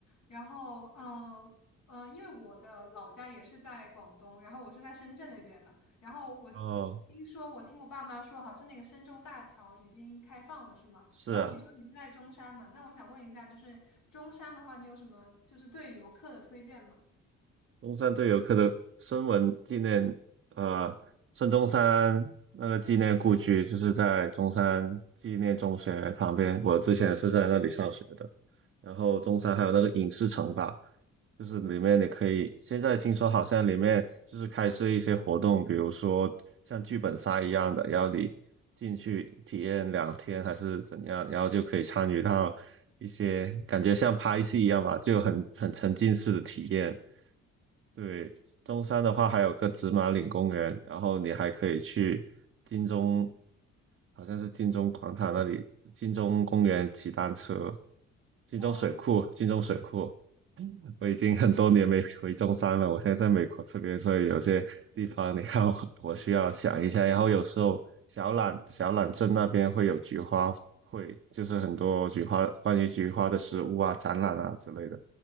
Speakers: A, on the left; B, on the right.
A: 然后嗯嗯，因为我的老家也是在广东，然后我是在深圳那边的。然后我
B: 哦，
A: 听说我听我爸妈说，好像是那个深中大桥已经开放了，是吗？
B: 是啊，
A: 然后你说你是在中山嘛？那我想问一下，就是中山的话，你有什么就是对游客的推荐吗？
B: 中山对游客的孙文纪念，呃，孙中山那个纪念故居就是在中山纪念中学旁边，我之前是在那里上学的。然后中山还有那个影视城吧，就是里面你可以，现在听说好像里面就是开设一些活动，比如说像剧本杀一样的，然后你进去体验两天还是怎样，然后就可以参与到一些感觉像拍戏一样吧，就很很沉浸式的体验。对，中山的话还有个紫马岭公园，然后你还可以去金钟，好像是金钟广场那里，金钟公园骑单车，金钟水库，
A: 哇
B: 金钟水库。我已经很多年没回中山了，我现在在美国这边，所以有些地方你看我我需要想一下。然后有时候小榄小榄镇那边会有菊花会，就是很多菊花关于菊花的食物啊、展览啊之类的。